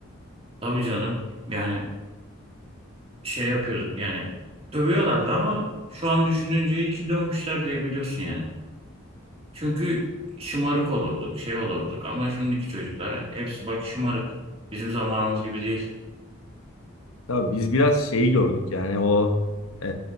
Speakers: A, on the right; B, on the left.
A: tabii canım yani şey yapıyorduk yani dövüyorlardı ama şu an düşününce iyi ki dövmüşler diye biliyorsun yani Çünkü şımarık olurduk, şey olurduk ama şimdiki çocuklar hepsi bak şımarık. Bizim zamanımız gibi değil.
B: tabii biz biraz şeyi gördük yani o e,